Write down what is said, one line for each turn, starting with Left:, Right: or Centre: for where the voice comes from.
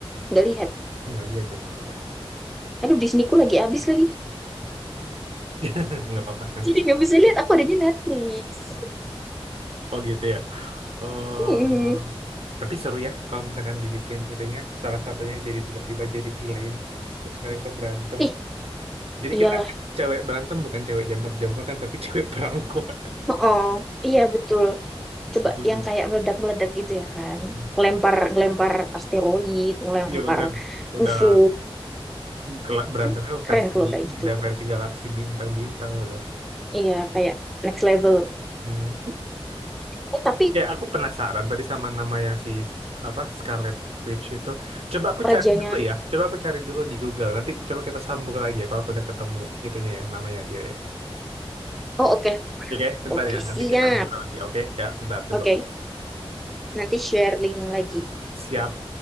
Centre: nggak lihat.
Right: Nggak lihat ya kamu ya.
Centre: Aduh, Disneyku lagi habis lagi.
Right: <laughs> Nggak apa-apa nanti.
Centre: Jadi nggak bisa lihat. Aku adanya Netflix. <laughs>
Right: Oh gitu ya. Oh,
Centre: Hmm.
Right: tapi seru ya kalau misalkan dibikin itunya salah satunya jadi tiba-tiba jadi villain terus mereka berantem.
Centre: Ih,
Right: Jadi
Centre: iya
Right: kita cewek berantem bukan cewek jambak-jambakan tapi <laughs> cewek perangkuat
Centre: Oh, iya betul.
Right: Seru
Centre: Coba yang
Right: tuh.
Centre: kayak meledak-meledak gitu ya kan.
Right: <laughs>
Centre: Lempar lempar asteroid, ngelempar
Right: Iya benar Udah
Centre: UFO.
Right: gela- berantemnya
Centre: Kan keren
Right: versi
Centre: kalau kayak gitu.
Right: udah versi galaksi bintang-bintang udah.
Centre: Iya, kayak next level.
Right: Hmm.
Centre: Eh, tapi
Right: Ya, aku penasaran tadi sama nama yang si apa Scarlet Witch itu. Coba aku
Centre: rajanya.
Right: cari dulu ya. Coba aku cari dulu di Google. Nanti coba kita sambung lagi ya kalau aku udah ketemu itunya ya namanya dia ya.
Centre: Oh, oke.
Right: Oke, bentar
Centre: Oke,
Right: ya.
Centre: siap.
Right: Nanti kita ngobrol lagi. Oke, ya bentar tunggu.
Centre: Oke, nanti share link lagi.
Right: Siap.